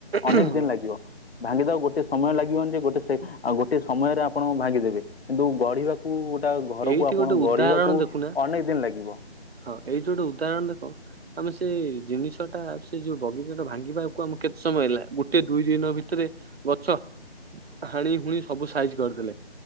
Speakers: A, on the right; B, on the left.
A: ହଁ
B: ଅନେକ ଦିନ ଲା - ଭାଙ୍ଗିଦବାକୁ ଗୋଟେ ସମୟ ଲାଗିବନି ଗୋଟେ ଗୋଟେ ସମୟରେ ଆପଣ ଭାଙ୍ଗିଦେବେ କିନ୍ତୁ ଗଢିବାକୁ ଗୋଟେ ଘରକୁ
A: ଏଇଠି
B: ଆପଣ
A: ଗୋଟେ ଉଦାହରଣ
B: ଗଢିବାକୁ
A: ଦେଖୁନା
B: ଅନେକ ଦିନ ଲାଗିବ
A: ହଁ ଏଇ ଯୋଉଟେ ଉଦାହରଣ ଦେଖ ଆମେ ସେ ଜିନିଷଟା ସେ ଯୋଉ ବଗିଚାଟା ଭାଙ୍ଗିବାକୁ ଆମ କେତେ ସମୟ ଲାଗିବ ଗୋଟେ ଦୁଇ ଦିନ ଭିତରେ ଗଛ ହାଣି ହୁଣି ସବୁ ସାଇଜ କରିଦେଲେ